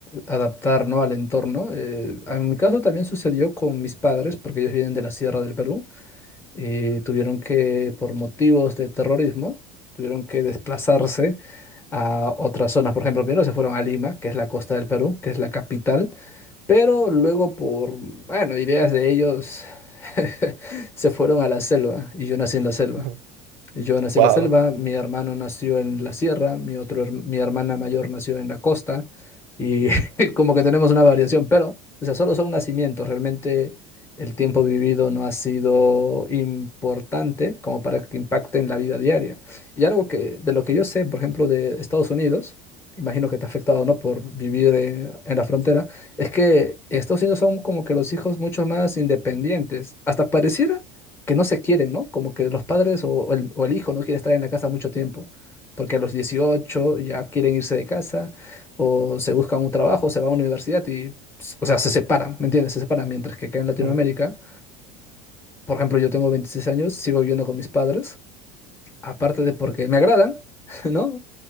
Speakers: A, on the left; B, on the right.
A: adaptar, ¿no? Al entorno. eh, en mi caso también sucedió con mis padres, porque ellos vienen de la Sierra del Perú, y tuvieron que, por motivos de terrorismo, tuvieron que desplazarse a otras zonas. Por ejemplo, primero se fueron a Lima, que es la costa del Perú, que es la capital, pero luego por, bueno, ideas de ellos, <laughs> se fueron a la selva, y yo nací en la selva.
B: Ujú.
A: Yo nací
B: Wow.
A: en la selva, mi hermano nació en la sierra, mi otro, her- mi hermana mayor nació en la costa y <laughs> como que tenemos una variación, pero, o sea, solo son nacimientos, realmente el tiempo vivido no ha sido importante como para que impacte en la vida diaria. Y algo que, de lo que yo sé, por ejemplo, de Estados Unidos, imagino que te ha afectado, ¿no? Por vivir eh, en la frontera, es que en Estados Unidos son como que los hijos mucho más independientes, hasta pareciera que no se quieren, ¿no? Como que los padres o, o el, o el hijo no quiere estar en la casa mucho tiempo, porque a los 18 ya quieren irse de casa o se buscan un trabajo, se van a una universidad y, pues, o sea, se separan, ¿me entiendes? Se separan, mientras que acá en Latinoamérica,
B: Ujú,
A: por ejemplo, yo tengo 26 años, sigo viviendo con mis padres, aparte de porque me agradan, <laughs> ¿no?